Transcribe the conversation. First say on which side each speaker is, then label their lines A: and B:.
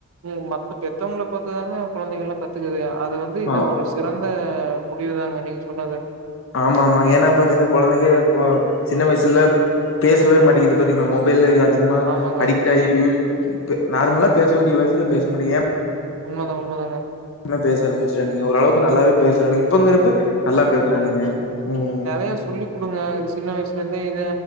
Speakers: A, on the right; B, on the left.
A: ம் மத்த பெத்தவங்கள பாத்துதாங்க கொழந்தைகள் எல்லா கத்துக்குது அது வந்து
B: ஆ
A: ஒரு சிறந்த முடிவு தாங்க நீங்க சொன்னது
B: ஆமா ஆமா ஏன்னா பாத்திங்கன்னா கொழந்தைக்கு அ சின்ன வயசுல பேசவே மாட்டேங்கிது பாத்திங்ளா மொபைல்ல அதிகமா
A: ஆமாங்க
B: அடிக்ட்
A: ஆமாங்க
B: ஆகி யூ நார்மலா பேச வேண்டிய வயசுல பேச மாட்டேங்கிது ஏ
A: உண்மதா உண்மதாங்க
B: பேச ஆரம்பிச்சறானுங்க ஓரளவுக்கு நல்லாவே பேசுறானுங்க இப்பங்குறப்ப நல்லா பேசுறானுங்க ம்
A: ஏ சொல்லி குடுங்க சின்ன வயசுல இருந்தே இத